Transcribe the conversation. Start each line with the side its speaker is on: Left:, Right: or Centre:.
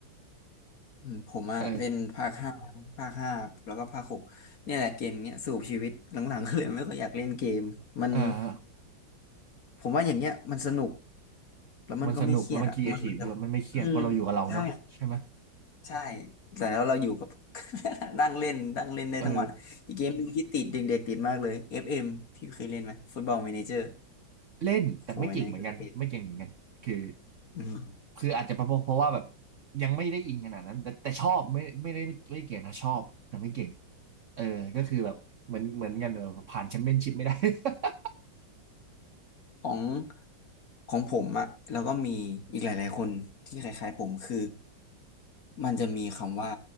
Left: อืมผมอะเล่นภาคห้าภาคห้าแล้วก็ภาคหกเนี่ยแหละเกมเนี้ยสูบชีวิตหลังๆก็เลยไม่ค่อยอยากเล่นเกมมัน
Right: เอออ่า
Left: ผมว่าอย่างเงี้ยมันสนุกแล้วมันก็ไม่เครียดอะมันเหมือนกับอืม
Right: มันสนุกแล้วมันครีเอทีฟด้วยมันไม่เครียดเพราะเราอยู่กับเราเนาะใช่ไหม
Left: ใช่ใช่แต่แล้วเราอยู่กับ <laughs> นั่งเล่นนั่งเล่นได้ทั้งวันอีกเกมหนึ่งที่ติดเด็กๆติดมากเลย
Right: เออ
Left: FM พี่เคยเล่นไหมฟุตบอล m ม n นเจอร์
Right: เล่นแต่ไม่เก่งเหมือนกันไม่เก่งเหมือนกันคือ
Left: โหยนะก็ติดอืม
Right: คืออาจจะเพราะเพราะว่าแบบยังไม่ได้อินขนาดนั้นแต่แต่ชอบไม่ไม่ได้ไม่เก่งนะชอบแต่ไม่เก่งเออก็คือแบบเหมือนเหมือนกันเออผ่านแชมเปี้ยนชิพไม่ได้ <laughs>
Left: ของของผมอะแล้วก็มีอีกหลายๆคนที่คล้ายๆผมคือมันจะมีคำว่า